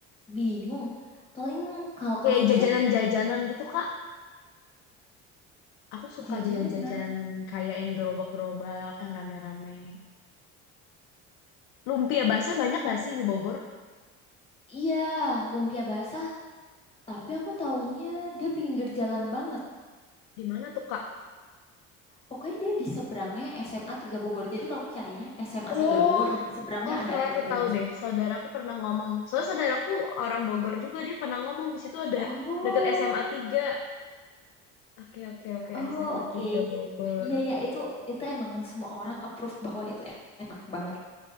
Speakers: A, on the left; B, on the left.
A: bingung. Paling kalau coffee
B: Kayak jajanan-jajanan
A: shop kamu
B: gitu, Kak. Aku suka
A: jajanan.
B: jajan-jajan kayak yang gerobak-gerobak, yang rame-rame. Lumpia basah banyak nggak
A: Oh
B: sih di Bogor?
A: iya, lumpia basah, tapi aku taunya dia pinggir jalan banget.
B: Di mana tuh, Kak?
A: Pokoknya dia di seberangnya SMA tiga Bogor. Jadi kamu carinya SMA tiga
B: Oh,
A: Bogor. Nah, di seberangnya
B: oh
A: ada
B: kayak
A: lumpia
B: aku tahu
A: basah.
B: deh. Saudaraku pernah ngomong. Soalnya saudaraku orang Bogor juga, dia pernah ngomong di situ ada
A: Oh,
B: deket SMA 3 Oke, oke, oke,
A: oh
B: SMA
A: oke.
B: tiga Bogor.
A: Iya, iya itu itu emang semua orang approve bahwa itu enak banget.